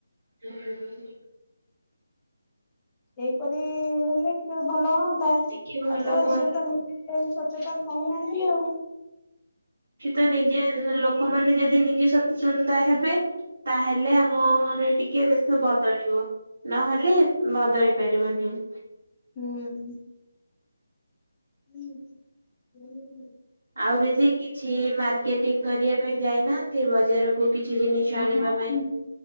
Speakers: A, on the right (about 60°); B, on the left (about 20°).
A: ହୁ। <unintelligible>
B: ଏଇପରି ହେଲେ ଟିକେ ଭଲ ହୁଅନ୍ତା ଆଉ
A: ଟିକେ ଭଲ
B: ତ
A: ହୁଅନ୍ତି।
B: ସେ ତ କେହି ସଚେତନ ହଉନାହାନ୍ତି ଆଉ।
A: ସେତ ନିଜେ ଲୋକମାନେ ଯଦି ନିଜେ ସଚେତନତା ହେବେ ତାହେଲେ ଆମର ଟିକେ ଦେଶ ବଦଳିବ‌। ନହେଲେ ବଦଳି ପାରିବନି।
B: ହୁଁ ହୁଁ। ହୁଁ ହୁଁ ହୁଁ।
A: ଆଉ ଦିଦି କିଛି ମାର୍କେଟିଂ କରିବା ପାଇଁ ଯାଇନାହାନ୍ତି ବଜାରକୁ? କିଛି ଜିନିଷ
B: ହଁ
A: ଆଣିବା ପାଇଁ?